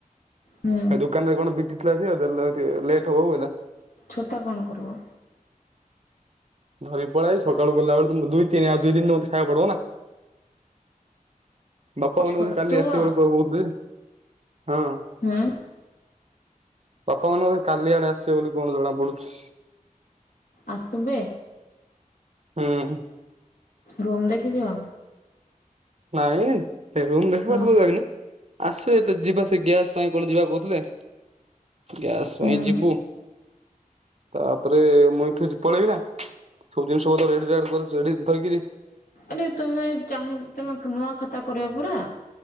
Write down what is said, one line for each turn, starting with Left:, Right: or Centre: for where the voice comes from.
Left: ହୁଁ
Right: ସେ ଦୋକାନ ରେ କଣ ବିଜିଥିଲା ସେ ଦେଲା ଆକୁ ଟିକେ ଲେଟ୍ ହବ ବୋଇଲା।
Left: ଛତା କଣ କରିବ?
Right: ଧରିକି ପଳିଆସିଚି ସକାଳୁ ଗଲା ବେଳେକୁ ଦୁଇ ତିନି ଆଉ ଦିନ ମତେ ଖାଇବା ପଡିବ ନା। ବାପା ମାନେ
Left: ଛତୁଆ
Right: ବୋଧେ କାଲି ଆସିବେ ବୋଲି କ କହୁଥିଲେ। ହଁ।
Left: ହୁଁ!
Right: ବାପା ମାନେ ବୋଧେ କାଲି ଆଡେ ଆସିବେ ବୋଲି କଣ ଜଣା ପଡୁଛି।
Left: ଆସିବେ!
Right: ହୁଁ!
Left: ରୁମ୍ ଦେଖିଚ?
Right: ନାଇଁ ରୁମ ଦେଖିବାକୁ
Left: ହଁ
Right: ତ ଯାଇନି। ଆସୁ ଏତେ ଯିବା ସେ ଗ୍ୟାସ୍ ପାଇଁ କଣ ଯିବା କହୁଥିଲେ। ଗ୍ୟାସ
Left: ହୁଁ
Right: ପାଇଁ ଯିବୁ। ତାପରେ ମୁଁ ଏଇଠୁ ପଳେଇବି ନା। ସବୁ ଜିନିଷ ପତ୍ର ରେଡି ରାଡ କରି ରେଡି ଧରିକିରି
Left: ଏରେ ତମେ ଚାହା ତମେ ନୂଆ ଖାତା କରିବ ପରା।